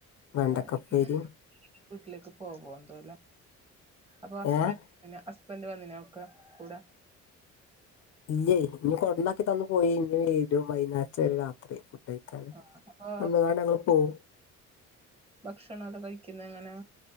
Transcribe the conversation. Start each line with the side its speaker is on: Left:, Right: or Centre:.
Left: വെണ്ടക്കപ്പേരിം
Right: ആ, ഈ വീട്ടിലേക്ക് പോവോ എന്തോല അപ്പോ ഹസ്ബൻ
Left: ഏഹ്
Right: പിന്നെ ഹസ്ബൻഡ് വന്നിനോ ഒക്കെ കൂടെ
Left: ഇല്ലേ ഇഞ്ഞെ കൊടുന്നാക്കി തന്നു പോയി ഇനി വരും വൈന്നാരത്തിനു വരും രാത്രി <unintelligible>
Right: ആ, അപ്പൊ
Left: വന്ന്ങ്ങാണ്ട് ഞങ്ങൾ പോവും
Right: ഭക്ഷണം അത് കഴിക്കുന്നങ്ങനെ